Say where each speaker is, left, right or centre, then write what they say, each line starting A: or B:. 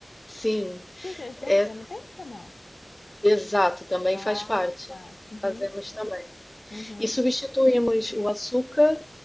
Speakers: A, on the left; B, on the left.
A: Sim.
B: Do jejum
A: É,
B: intermitente ou não?
A: exato, também
B: Ah,
A: faz parte.
B: tá. Uhum,
A: Fazemos também.
B: uhum.
A: E substituímos o açúcar